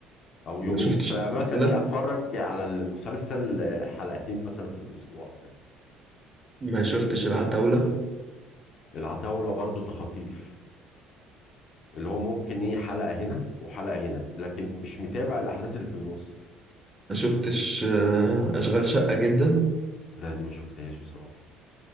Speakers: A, on the left; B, on the right.
A: او
B: ما
A: يومين
B: شفتش
A: فمثلا
B: العتاولة
A: ايه اتفرج على المسلسل آه، حلقتين مثلا في الاسبوع او حاجة
B: ما شفتش العتاولة
A: العتاولة برضو تخاطيف اللي هو ممكن ايه حلقة هنا وحلقة هنا لكن مش متابع الأحداث اللي في النص
B: ما شفتش آه، اشغال شقة جدا
A: لا دي ما شفتهاش بصراحة